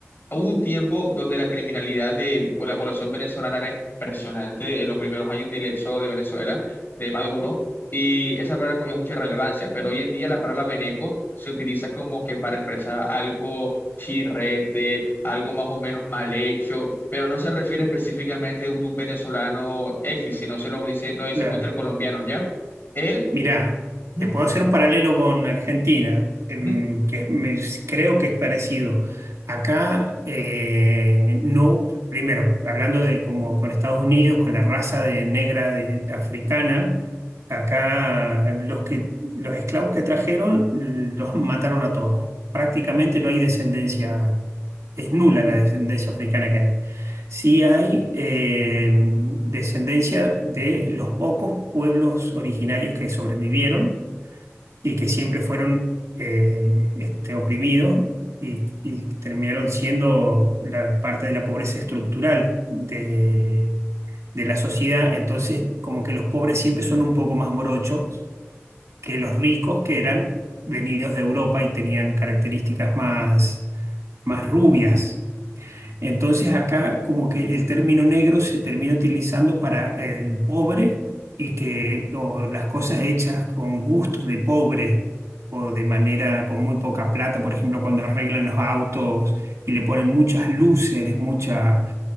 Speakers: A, on the left; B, on the right.
A: Hubo un tiempo donde la criminalidad de la población venezolana era impresionante en los primeros años del éxodo de Venezuela, de Maduro, y esa palabra cogió mucha relevancia, pero hoy en día la palabra veneco se utiliza como que para expresar algo chirrete, algo más o menos mal hecho, pero no se refiere específicamente de un venezolano X, sino se lo dice, lo decimos
B: claro.
A: entre colombianos, ¿ya? Él,
B: Mirá,
A: ujú,
B: te puedo hacer un paralelo con Argentina, em,
A: ujú.
B: que me- creo que es parecido. Acá, eh, no, primero, hablando de como con Estados Unidos, con la raza de negra de- africana, acá los que, los esclavos que trajeron los mataron a todos. Prácticamente no hay descendencia, es nula la descendencia africana que hay. Sí hay eh, descendencia de los pocos pueblos originarios que sobrevivieron y que siempre fueron eh, este, oprimidos y, y terminaron siendo la parte de la pobreza estructural de, de la sociedad. Entonces, como que los pobres siempre son un poco más morochos que los ricos que eran venidos de Europa y tenían características más, más rubias. Entonces acá como que el término negro se termina utilizando para el pobre y que o las cosas hechas con gusto de pobre o de manera con muy poca plata, por ejemplo, cuando arreglan los autos y le ponen muchas luces, muchas